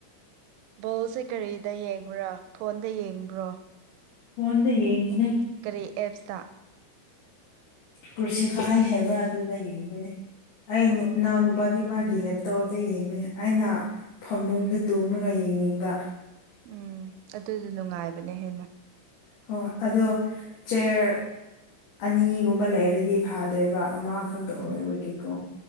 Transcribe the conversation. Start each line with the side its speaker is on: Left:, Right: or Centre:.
Right: ꯕꯣꯜꯁꯦ ꯀꯔꯤꯗ ꯌꯦꯡꯕ꯭ꯔꯥ ꯐꯣꯟꯗ ꯌꯦꯡꯕ꯭ꯔꯣ
Left: ꯐꯣꯟꯗ ꯌꯦꯡꯕꯅꯦ
Right: ꯀꯔꯤ ꯑꯦꯞꯁꯇ
Left: ꯀ꯭ꯔꯨꯁꯤꯐꯥꯏ ꯍꯥꯏꯕ꯭ꯔꯥ ꯑꯗꯨꯗ ꯌꯦꯡꯕꯅꯦ ꯑꯩꯅꯨ
Right: ꯑꯣ
Left: ꯏꯅꯥꯎ ꯅꯨꯄꯥꯗꯤ ꯃꯥꯒꯤ ꯂꯦꯞ ꯇꯣꯞꯇ ꯌꯦꯡꯕꯅꯦ ꯑꯩꯅ ꯐꯃꯨꯡꯗ ꯇꯨꯝꯔꯒ ꯌꯦꯡꯅꯤꯡꯕ
Right: ꯎꯝ ꯑꯗꯨꯗꯨ ꯅꯨꯡꯉꯥꯏꯕꯅ ꯍꯦꯟꯅ
Left: ꯍꯣ ꯑꯗꯣ ꯆꯦꯔ ꯑꯅꯤꯒꯨꯝꯕ ꯂꯩꯔꯗꯤ ꯐꯥꯗꯣꯏꯕ ꯑꯃ ꯈꯛꯇ ꯑꯣꯏꯕꯒꯤꯀꯣ
Right: ꯎꯝ